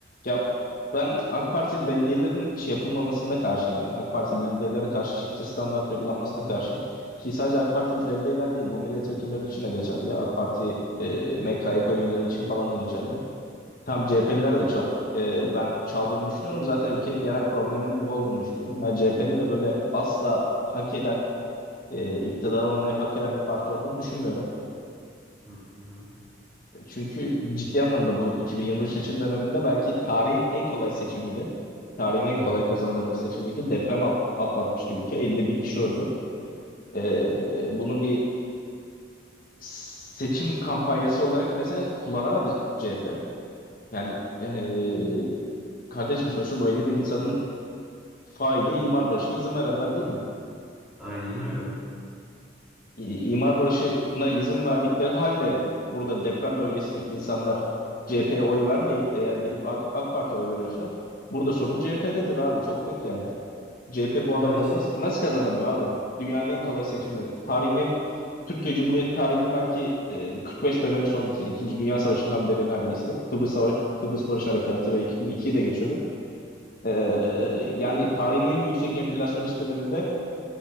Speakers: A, on the left; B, in the centre.
A: Ya ben AK Partili belediyelerin şey yapılmamasına karşıyım yani. AK Parti belediyelere karşı çifte standart uygulanmasına karşıyım. Ki sadece AK Partili belediyeler değil, bu milletvekilleri için de geçerli. AK Parti e, MKYK üyeleri için falan da geçerli. Tam CHP'liler de çok ben çaldığını düşünüyorum. Zaten ülkenin genel probleminin bu olduğunu düşünüyorum. Ben CHP'nin de böyle asla hak eden, e, iktidar olmayı hak eden bir parti olduğunu düşünmüyorum.
B: Hı hı.
A: Çünkü ciddi anlamda bu 2023 seçim döneminde belki tarihin en kolay seçimiydi. Tarihin en kolay
B: Hı hı.
A: kazanılabilir seçimiydi. Deprem alt- atlatmıştı ülke. 50 bin kişi öldü. Ee, bunu bir seçim kampanyası olarak mesela kullanamadı CHP. Yani ee, kardeşim sonuçta bu 50 bin insanın faili imar barışına izin verenler değil mi?
B: Aynen öyle.
A: İ- imar barışına izin verdikleri halde burada deprem bölgesindeki insanlar CHP'ye oy vermeyip de eğer girip AK, AK Parti'ye oy veriyorsa burada sorun CHP'dedir abi çok net yani. CHP bu adamları
B: Ya, ş-
A: nasıl nasıl kazanamıyor abi? Dünyanın en kolay seçimi. Tarihin en- Türkiye Cumhuriyeti tarihinin belki e, 45 dönemi sonrası, İkinci Dünya Savaşı'ndan beri neredeyse. Kıbrıs, Sava- Kıbrıs Barış Harekatı ve 2002'yi de geçiyorum. E, yani tarihin en yüksek enflasyonist döneminde